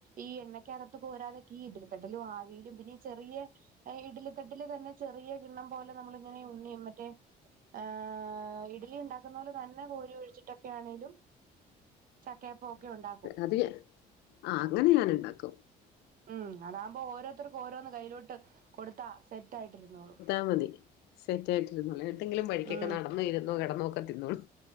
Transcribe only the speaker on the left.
അതികെ <unintelligible> ആഹ് അങ്ങനെ ഞാാനണ്ടാക്കും
ആഹ് മതി സെറ്റ് ആയിട്ടിരുന്നോള്ളൂ എന്തെങ്കിലും വഴിക്കൊക്കെ
നടന്നോ ഇരുന്നോ കിടന്നോക്കെ തിന്നോളൂ